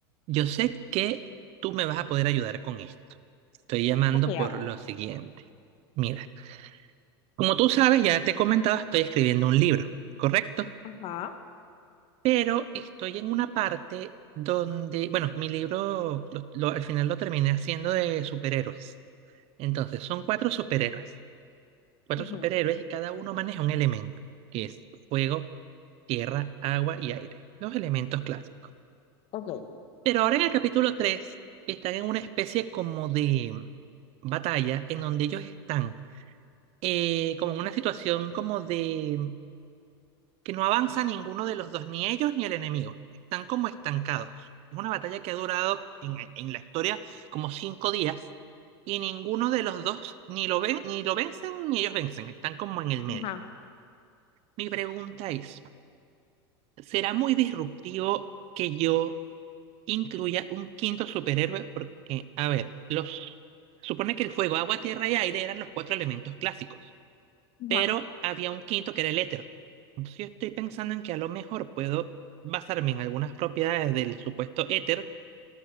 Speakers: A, on the right (about 50°); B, on the left (about 45°).
A: Yo sé que tú me vas a poder ayudar con esto. Estoy llamando
B: Ok,
A: por
B: hablo.
A: lo siguiente. Mira, como tú sabes, ya te he comentado, estoy escribiendo un libro, ¿correcto?
B: Ajá.
A: Pero estoy en una parte donde, bueno, mi libro lo- lo- al final lo terminé haciendo de superhéroes. Entonces, son cuatro superhéroes, cuatro
B: ujú,
A: superhéroes y cada uno maneja un elemento, que es fuego, tierra, agua y aire, los elementos clásicos.
B: Ok.
A: Pero ahora en el capítulo 3 están en una especie como de batalla en donde ellos están eh, como en una situación como de que no avanza ninguno de los dos, ni ellos ni el enemigo. Están como estancados. Es una batalla que ha durado en, en la historia como cinco días y ninguno de los dos ni lo ven, ni lo vencen ni ellos vencen. Están como en el medio.
B: Ajá.
A: Mi pregunta es, ¿será muy disruptivo que yo incluya un quinto superhéroe, porque, a ver, los supone que el fuego, agua, tierra y aire eran los cuatro elementos clásicos,
B: Ajá.
A: pero había un quinto que era el éter. Entonces yo estoy pensando en que a lo mejor puedo basarme en algunas propiedades del supuesto éter